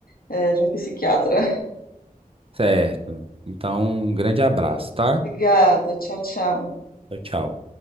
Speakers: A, on the left; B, on the right.
A: eh, de um psiquiatra,
B: Certo. Então, um grande abraço,
A: <laughs>
B: tá?
A: obrigada, tchau, tchau.
B: Tchau, tchau.